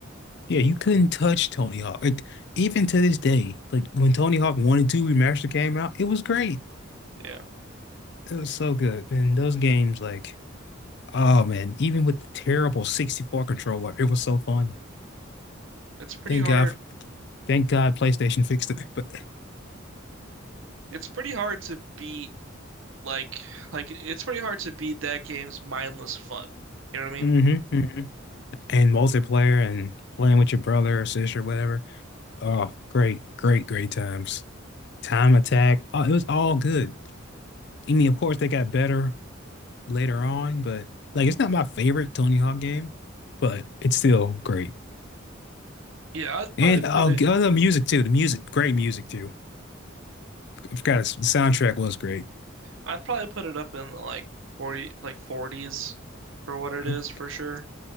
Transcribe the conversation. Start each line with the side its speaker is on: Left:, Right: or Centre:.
Left: Yeah, you couldn't touch Tony Hawk. Like, even to this day, like when Tony Hawk 1 and 2 Remastered came out, it was great.
Right: Yeah,
Left: It was so good. And those games, like, oh man, even with the terrible 64 controller, it was so fun.
Right: it's pretty
Left: Thank
Right: hard.
Left: God, thank God PlayStation fixed it. <laughs> But
Right: It's pretty hard to beat like like it's pretty hard to beat that game's mindless fun. You know what I
Left: hmm
Right: mean?
Left: hmm And multiplayer and playing with your brother or sister, whatever. Oh, great, great, great times. Time Attack. Oh, it was all good. I mean, of course, they got better later on, but like it's not my favorite Tony Hawk game, but it's still great.
Right: Yeah, I'd probably
Left: And oh,
Right: put it
Left: g- oh, music too. The music, great music too. I forgot it's- the soundtrack was great.
Right: I'd probably put it up in the like 40 like 40s for what it
Left: I'm
Right: is for sure.